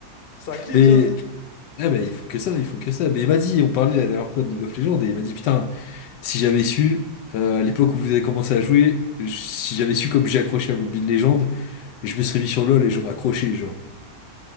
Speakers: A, on the left; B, on the left.
A: Ça clique,
B: Mais,
A: hein!
B: ouais, bah, ils font que ça, ils font que ça. Mais il m'a dit, on parlait la dernière fois de League of Legends, et il m'a dit, putain, si j'avais su, euh, à l'époque où vous avez commencé à jouer, je- si j'avais su comme j'ai accroché à Mobile Legends, je me serais mis sur LoL et j'aurais accroché, genre.